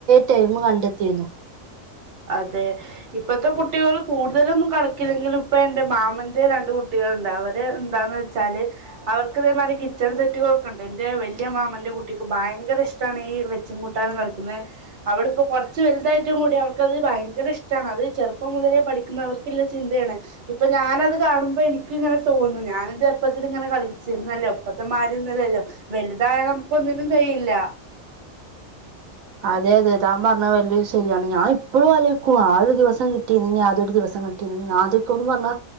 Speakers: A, on the right (about 80°); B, on the right (about 40°).
A: ടൈമ് കണ്ടെത്തിരുന്നു
B: അതെ ഇപ്പത്തെ കുട്ടികൾ കൂടുതലൊന്നും കളിക്കില്ലെങ്കിൽ ഇപ്പൊ എൻറെ മാമന്റെ രണ്ട് കുട്ടിലെണ്ട് അവര് എന്താന്ന് വെച്ചാല് അവർക്ക ഇതേമാതി കിച്ചൺ സെറ്റുകളൊക്കെ ഉണ്ട് എൻറെ വലിയ മാമന്റെ കുട്ടിക്ക് ഭയങ്കര ഇഷ്ടമാണ് ഈ വെച്ചും കൂട്ടാനും കളിക്കുന്നത് അവളിപ്പോ കൊറച്ച് വലുതായിട്ടും കൂടി അവ ക്ക്ത് ഭയങ്കര ഇഷ്ട്ടണ് അത് ചെറുപ്പം മുതലെ പഠിക്കുന്നവർക്കുള്ള ചിന്തയാണ് ഇപ്പോഞാനത് കാണുമ്പോ എനിക്ക്ങ്ങനെ തോന്നും ഞാന് ചെറുപ്പത്തിൽ ഇങ്ങനെ കളിച്ചിരുന്നല്ലേ പ്പത്തെമാരിന്നല്ലല്ലോ വലുതായ നമുക്ക് ഒന്നിനും കഴിയില്ല
A: അതെ അതെ താൻ പറഞ്ഞ വല്യ ശരിയാണ് ഞാൻ ഇപ്പോഴും അലോയ്ക്കുവ ആ ഒരു ദിവസം കിട്ടിര്ന്നെങ്കിൽ അതൊരു ദിവസം കിട്ടിരുന്നെ ആദ്യക്കന്ന് പറഞ്ഞാ